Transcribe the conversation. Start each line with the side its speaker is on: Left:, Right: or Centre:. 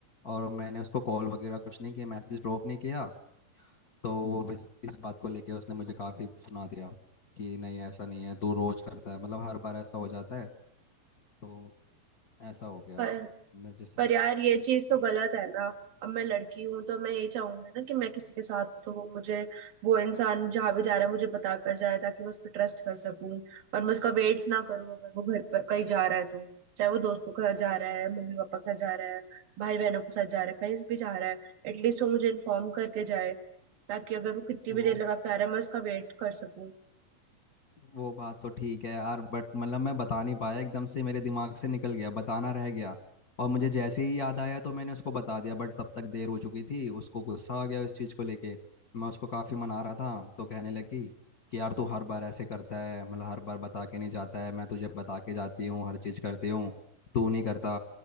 Left: और मैंने उसको कॉल वगैरह कुछ नहीं किया मैसेज ड्रॉप नहीं किया तो वो इस, इस बात को लेके उसने मुझे काफ़ी सुना दिया कि नहीं ऐसा नहीं है तू रोज करता है मतलब हर बार ऐसा हो जाता है तो ऐसा हो गया
Right: पर
Left: मैं जैसे
Right: पर यार ये चीज तो गलत है ना अब मैं लड़की हूं तो मैं यही चाहूंगी ना कि मैं किसी के साथ हूं तो वो मुझे वो इंसान जहां भी जा रहा है मुझे बता कर जाए ताकि मैं उस पर ट्रस्ट कर सकूं और मैं उसका वेट ना करूं अगर वो घर पर कहीं जा रहा है तो चाहे वो दोस्तों के साथ जा रहा है मम्मी पापा के साथ जा रहा है भाई बहनों के साथ जा रहा है कहीं भी जा रहा है एटलीस्ट वो मुझे इन्फॉर्म करके जाए ताकि अगर वो कितनी
Left: वो
Right: भी देर लगा के आ रहा है मैं उसका वेट कर सकूं
Left: वो बात तो ठीक है यार बट मतलब मैं बता नहीं पाया एकदम से मेरे दिमाग से निकल गया बताना रह गया और मुझे जैसे ही याद आया तो मैंने उसको बता दिया बट तब तक देर हो चुकी थी उसको गुस्सा आ गया इस चीज़ को लेके मैं उसको काफ़ी मना रहा था तो कहने लगी कि यार तू हर बार ऐसे करता है मतलब हर बार बता के नहीं जाता है मैं तुझे बता के जाती हूँ हर चीज़ करती हूँ तू नहीं करता